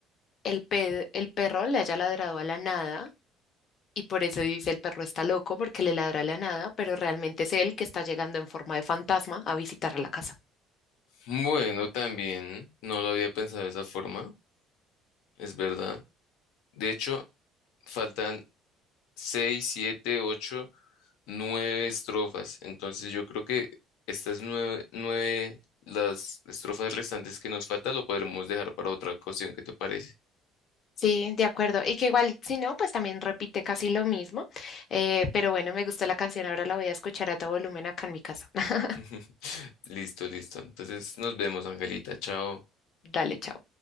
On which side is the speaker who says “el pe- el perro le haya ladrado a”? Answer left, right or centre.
Left